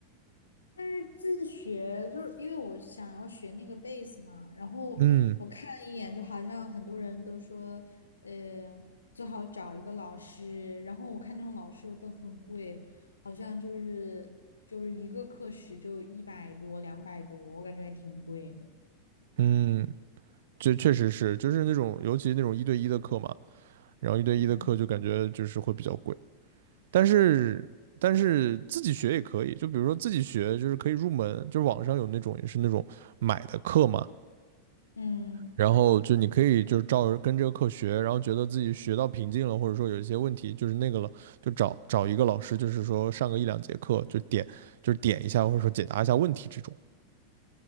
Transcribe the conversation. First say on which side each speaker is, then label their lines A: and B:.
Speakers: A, on the left; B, on the right.
A: 但是自学就是因为我想要学那个贝斯嘛，然后我看了一眼，
B: 嗯
A: 就好像很多人都说，呃，最好找一个老师，然后我看那种老师又都很贵，好像就是就是一个课时就一百多、两百多，我感觉还挺贵的。
B: 嗯，这确实是，就是那种尤其那种一对一的课嘛，然后一对一的课就感觉就是会比较贵。
A: 嗯
B: 但是但是自己学也可以，就比如说自己学，就是可以入门，就是网上有那种也是那种买的课嘛，
A: 嗯，
B: 然后就你可以就是照着跟这个课学，然后觉得自己学到瓶颈了，或者说有一些问题就是那个了，就找找一个老师，就是说上个一两节课，就点就是点一下或者说解答一下问题这种，